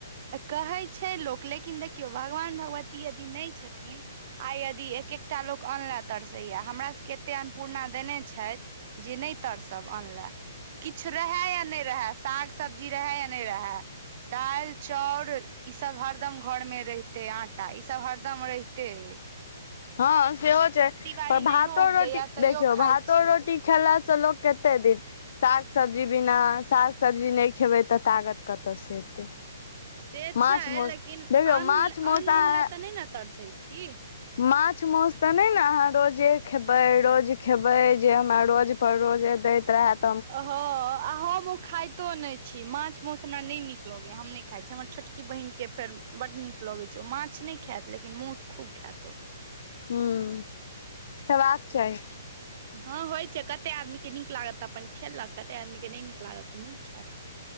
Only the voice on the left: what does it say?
हँ से हो छै
पर भातो
रोटी
देखियौ भातो
रोटी खेला सँ लोक कते दिन साग सब्जी बिना साग सब्जी नै खेबै तऽ तागत कतयसँ एतै
माछ
मौस
देखियौ
माछ मौस
अहाँ
माछ माउस तऽ नै ने अहाँ रोजे खेबै रोज खेबै जे हमरा रोज पर रोजे दैत रहैत
हूं खेबाक चाही